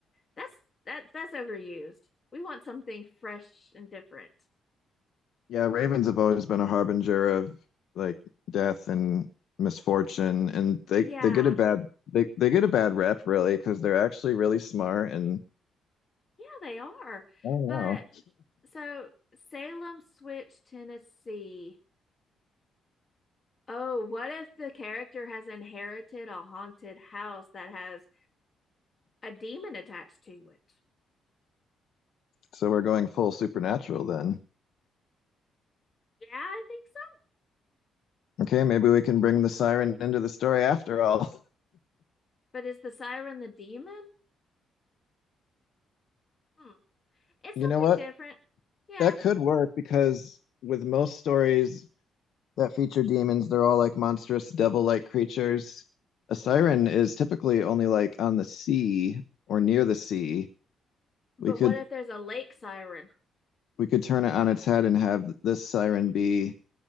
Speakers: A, on the left; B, on the left.
A: that's that's that's overused. We want something fresh and different.
B: Yeah, ravens have always been a harbinger of like death and misfortune, and they
A: Yeah,
B: they get a bad they they get a bad rep really because they're actually really smart and
A: yeah, they are.
B: I don't
A: But
B: know.
A: so Salem Switch, Tennessee. Oh, what if the character has inherited a haunted house that has a demon attached to it.
B: So we're going full supernatural then.
A: Yeah, I think so.
B: Okay, maybe we can bring the siren into the story after all. <laughs>
A: But is the siren the demon? Hmm. It's
B: You
A: something
B: know what?
A: different. Yeah.
B: That could work because with most stories that feature demons, they're all like monstrous devil-like creatures. A siren is typically only like on the sea or near the sea.
A: But
B: We could
A: what if there's a lake siren?
B: we could turn it on its head and have this siren be